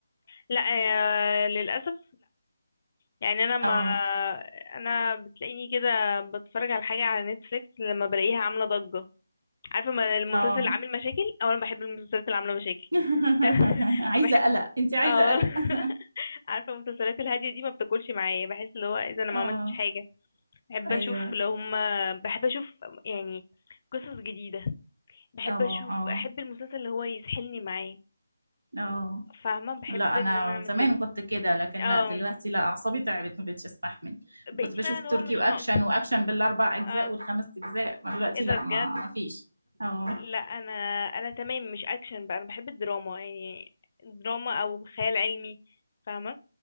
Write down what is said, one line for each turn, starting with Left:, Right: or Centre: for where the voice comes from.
Left: لا آه للأسف يعني انا ما
Right: اه
Left: انا بتلاقيني كده بتفرج على حاجه على نتفليكس لما بلاقيها عامله ضجه عارفه ما المسلسل
Right: اه
Left: اللي عامل مشاكل او انا بحب المسلسلات اللي عامله مشاكل
Right: <laughs>
Left: <laughs>
Right: عايزة
Left: بحب
Right: قلق انت عايزة
Left: اه
Right: قلق <laughs>
Left: <laughs> عارفه المسلسلات الهاديه دي ما بتاكلش معايا بحس اللي هو اذا انا
Right: اه
Left: ما عملتش حاجه بحب
Right: ايوه
Left: اشوف لو هما بحب اشوف يعني قصص جديده بحب
Right: اه
Left: اشوف
Right: اه
Left: احب المسلسل اللي هو يسحلني معاه
Right: اه
Left: فاهمه بحب
Right: لا
Left: ان
Right: انا
Left: انا اعمل
Right: زمان
Left: كده
Right: كنت كده لكن
Left: اه
Right: لا دلوقتي لا اعصابي تعبت ما بقتش استحمل
Left: بقيتي
Right: كنت بشوف
Left: بقى اللي
Right: تركي
Left: هو مش
Right: واكشن
Left: ناقصه
Right: واكشن بالاربع اجزاء
Left: اه
Right: والخمس اجزاء ما دلوقتي
Left: ايه ده
Right: لا
Left: بجد
Right: ما ما فيش اه
Left: لا انا انا تمام مش اكشن بقى انا بحب الدراما يعني دراما او خيال علمي فاهمه